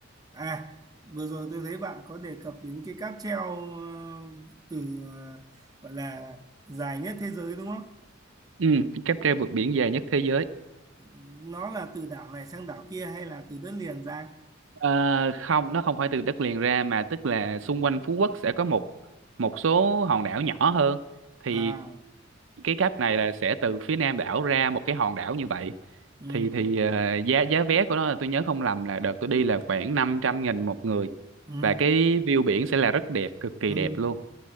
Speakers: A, on the right; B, on the right.
A: À, vừa rồi tôi thấy bạn có đề cập đến cái cáp treo ờ, từ ờ, gọi là dài nhất thế giới đúng không?
B: ừ, cáp treo vượt biển dài nhất thế giới
A: Ừ, Nó là từ đảo này sang đảo kia hay là từ đất liền ra?
B: Ờ, không nó không phải từ đất liền ra mà tức là xung quanh Phú Quốc sẽ có một một số hòn đảo nhỏ hơn thì
A: À,
B: cái cáp này là sẽ từ phía nam đảo ra một cái hòn đảo như vậy
A: ừ,
B: thì thì ờ, giá giá vé của nó là tôi nhớ không lầm là đợt tôi đi là khoảng năm trăm nghìn một người
A: ừ,
B: và cái view biển sẽ là rất đẹp cực kỳ
A: ừ.
B: đẹp luôn